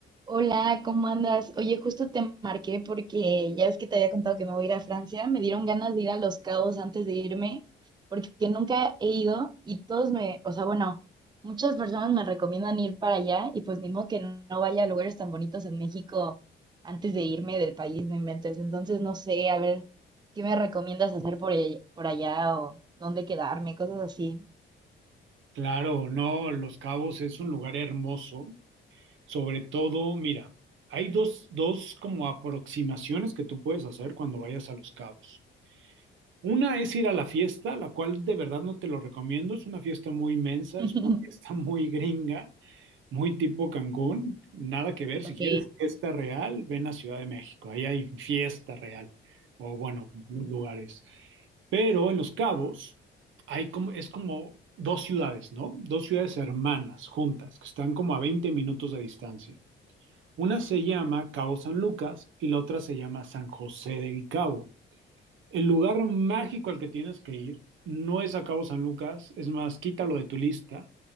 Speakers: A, on the right; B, on the right.
A: Hola, ¿cómo andas? Oye, justo te marqué porque ya ves que te había contado que me voy a ir a Francia. Me dieron ganas de ir a Los Cabos antes de irme, porque nunca he ido y todos me, o sea, bueno, muchas personas me recomiendan ir para allá y pues ni modo que no vaya a lugares tan bonitos en México antes de irme del país, no inventes. Entonces, no sé, a ver, ¿qué me recomiendas hacer por, el- por allá o dónde quedarme? Cosas así.
B: Claro, no, Los Cabos es un lugar hermoso. Sobre todo, mira, hay dos, dos como aproximaciones que tú puedes hacer cuando vayas a Los Cabos. Una es ir a la fiesta, la cual de verdad no te lo recomiendo. Es una fiesta muy inmensa,
A: <laughs>
B: es una fiesta <laughs> muy gringa, muy tipo Cancún. Nada que ver.
A: Ok,
B: Si quieres fiesta real, ven a Ciudad de México. Ahí hay fiesta real. O bueno, en algunos lugares. Pero en Los Cabos hay como, es como dos ciudades, ¿no? Dos ciudades hermanas, juntas, que están como a 20 minutos de distancia. Una se llama Cabo San Lucas y la otra se llama San José del Cabo. El lugar mágico al que tienes que ir no es a Cabo San Lucas, es más, quítalo de tu lista,